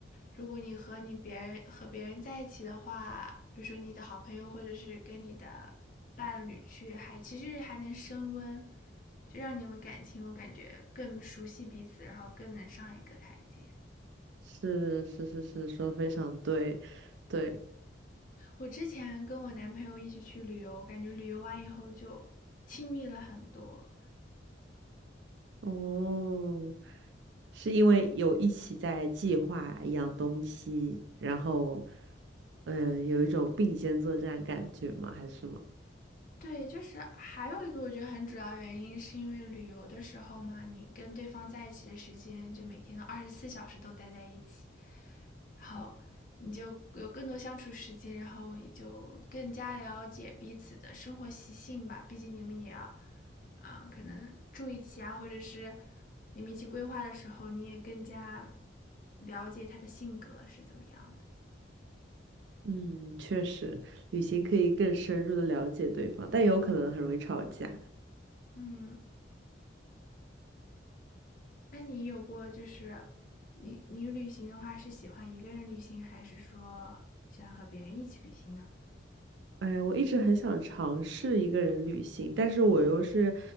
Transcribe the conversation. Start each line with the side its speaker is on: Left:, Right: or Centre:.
Left: 如果你和你别人和别人在一起的话，比如说你的好朋友或者是跟你的伴侣去，还其实还能升温。就让你们感情我感觉更熟悉彼此，然后更能上一个台阶。
Right: 是是是是，说得非常对，对，
Left: 我之前跟我男朋友一起去旅游，感觉旅游完以后就亲密了很多，
Right: 哦，是因为有一起在计划一样东西，然后，嗯，有一种并肩作战感觉吗？还是什么？
Left: 对，就是还有一个我觉得很主要原因，是因为旅游的时候嘛，你跟对方在一起的时间，就每天都二十四小时都待在一起，然后你就有更多相处时间，然后也就更加了解彼此的生活习性吧。毕竟你们也要啊、可能住一起啊，或者是你们一起规划的时候，你也更加了解他的性格是怎么样的。
Right: 嗯，确实，旅行可以更深入的了解对方，但也有可能很容易吵架。
Left: 嗯，那你有过就是你你旅行的话是喜欢一个人旅行，还是说喜欢和别人一起旅行呢？
Right: 哎呀，我一直很想尝试一个人旅行，但是我又是，